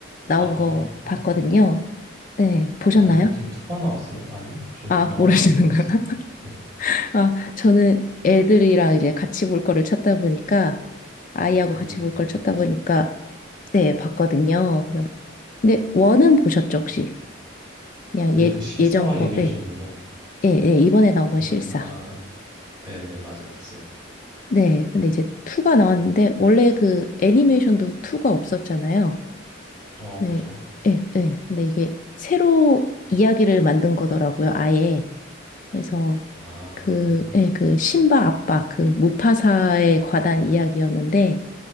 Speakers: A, on the left; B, on the right.
A: 나온
B: 아,
A: 거 봤거든요. 네, 보셨나요?
B: 라이언 킹 2가 나왔어요? 아니요, 저
A: 아,
B: 나온지도
A: 모르시는가요?
B: 몰랐어요.
A: <laughs>
B: 네,
A: 아, 저는 애들이랑 이제 같이 볼 거를 찾다 보니까, 아이하고
B: 네,
A: 같이 볼 걸 찾다 보니까, 네, 봤거든요. 그래서- 근데 원은 보셨죠, 혹시? 그냥
B: 네,
A: 예,
B: 그 실사화
A: 예전 거,
B: 얘기하시는
A: 네.
B: 거죠?
A: 예, 예, 이번에 나온
B: 그,
A: 건 실사.
B: 아, 네, 네, 맞아요, 봤어요.
A: 네, 근데 이제 투가 나왔는데, 원래 그 애니메이션도 투가 없었잖아요.
B: 어,
A: 네,
B: 그죠?
A: 예, 예. 근데 이게 새로 이야기를 만든 거더라고요, 아예. 그래서
B: 아,
A: 그, 예, 그 신바 아빠, 그 무파사에 관한 이야기였는데,